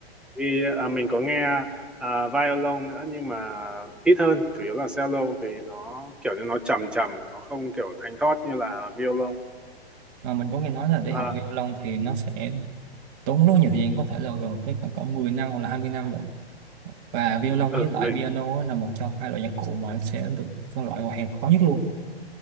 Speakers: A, in the centre; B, on the right.
A: vì à, mình có nghe à, violon nữa nhưng mà ít hơn chủ yếu là cello vì nó kiểu như nó trầm trầm nó không kiểu thanh thoát như là violon
B: mà mình có nghe nói là để
A: à,
B: học violon thì nó sẽ tốn rất nhiều thời gian có thể là gần tới khoảng cỡ 10 năm hoặc là 20 năm rồi và violon
A: ừ,
B: với lại
A: mình,
B: piano á là một trong hai loại nhạc cụ mà sẽ được phân loại vào hàng khó nhất luôn